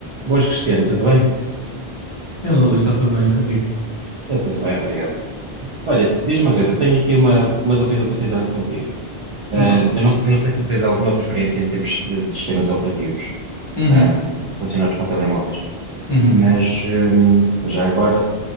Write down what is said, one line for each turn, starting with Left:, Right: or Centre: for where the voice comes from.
Right: Boas, Cristiano, tudo bem?
Left: Hello, Luís, está tudo bem contigo?
Right: Está tudo bem, obrigado. Olha, diz-me uma coisa, tenho aqui uma, uma dúvida para tirar contigo. Ah,
Left: Então.
Right: eu não, eu não sei se tu tens alguma preferência em termos de, de sistemas operativos,
Left: Uhum,
Right: ah, relacionados com telemóveis,
Left: uhum,
Right: mas, hum, mas já agora